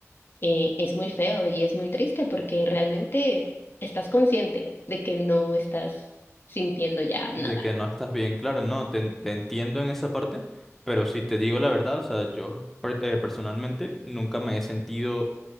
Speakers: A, on the left; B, in the centre.
A: Eh, es muy feo y es muy triste porque realmente estás consciente de que no estás sintiendo ya nada.
B: De que no estás bien, claro, no, te, en- te entiendo en esa parte, pero si te digo la verdad, o sea, yo per- eh, personalmente nunca me he sentido